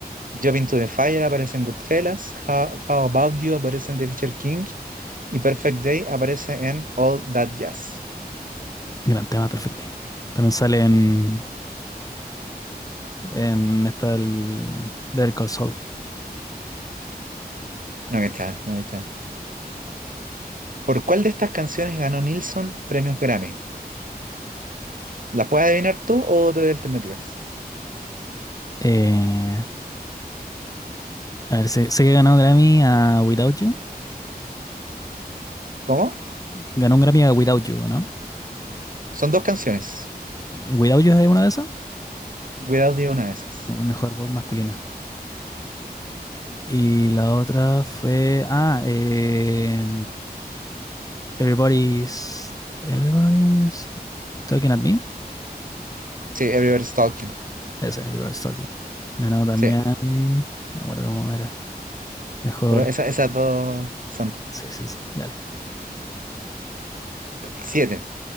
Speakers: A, on the right (about 55°); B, on the left (about 20°).
A: Jump to the Fire aparece en Goodfellas, How, How About You aparece en The Fisher King y Perfect Day aparece en All That Jazz.
B: gran tema, perfecto ahí. También sale en, en esta el Better Call Saul.
A: No que tal, no que tal. ¿Por cuál de estas canciones ganó Nilsson premios Grammy? ¿La puedes adivinar tú o te doy alternativas?
B: Eh, a ver, sé, sé que ganó Grammy a Without You.
A: ¿Cómo?
B: Ganó un Grammy a Without You, ¿no?
A: Son dos canciones.
B: ¿Without You es una de esas?
A: Without You, una de esas.
B: O Mejor voz masculina. Y la otra fue. Ah, eh, Everybody's. Everybody's Talking at Me.
A: Sí, Everybody's Talking.
B: Ese, Everybody's Talking. Ganó también.
A: Sí,
B: No me acuerdo cómo era. Mejor.
A: pero esa- esas dos son
B: Sí, sí, sí, dale.
A: siete.